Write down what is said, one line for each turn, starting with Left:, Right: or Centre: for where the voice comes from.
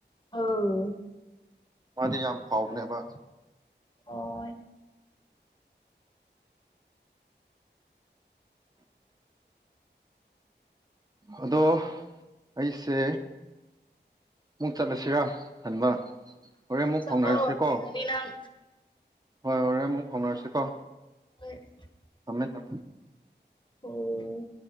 Left: ꯑꯥꯎ
Right: ꯃꯥꯗꯤ ꯌꯥꯝ ꯐꯥꯎꯕꯅꯦꯕ
Left: ꯑꯣ
Right: ꯑꯗꯣ ꯑꯩꯁꯦ ꯑꯃꯨꯛ ꯆꯠꯂꯁꯤꯔꯥ ꯍꯟꯕ ꯍꯣꯔꯦꯟ ꯃꯨꯛ
Left: ꯆꯠꯂꯣ
Right: ꯐꯥꯎꯅꯔꯁꯤꯀꯣ
Left: ꯊꯦꯡꯉꯅꯤ ꯅꯪ
Right: ꯍꯣꯏ ꯍꯣꯔꯦꯟ ꯑꯃꯨꯛ ꯐꯥꯎꯅꯔꯁꯤꯀꯣ
Left: ꯍ <unintelligible>
Right: ꯁꯃꯦ ꯊ
Left: ꯑꯣ